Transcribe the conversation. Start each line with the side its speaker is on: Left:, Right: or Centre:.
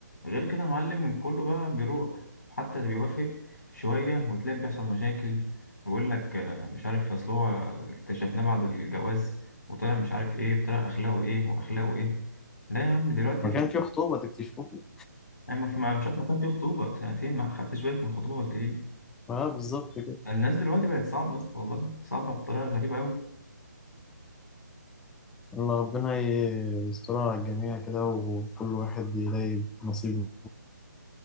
Left: غير كده يا معلم كله بقى بيروح حتى اللي بيوافق شوية وتلاقي بيحصل مشاكل ويقول لك آه، مش عارف أصل هو اكتشفناه بعد الجواز وطلع مش عارف إيه وطلع أخلاقه إيه وأخلاقه إيه لا يا عم دلوقتي
Centre: ما
Left: ال-
Centre: كان في خطوبة تكتشفوه
Left: أما في ما- مش عارف ما كان في خطوبة سنتين ما خدتش بالك من الخطوبة ولا إيه
Centre: اه بالظبط كده
Left: الناس دلوقتي بقت صعبة يا اسطى والله صعبة بطريقة غريبة أوي
Centre: الله ربنا ي- يسترها على الجميع كده وكل واحد يلاقي نصيبه